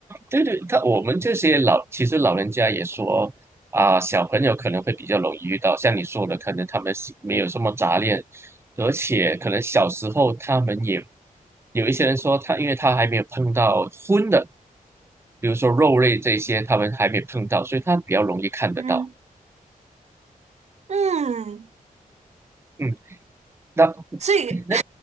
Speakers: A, on the right; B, on the right.
A: 对对，他我们这些老，其实老人家也说啊，小朋友可能会比较容易遇到，像你说的，可能他们是没有什么杂念，而且可能小时候他们也有一些人说他，因为他还没有碰到荤的，比如说肉类这些，他们还没碰到，所以他比较容易看得到。
B: 嗯，嗯，
A: 嗯，那
B: 所以
A: 那，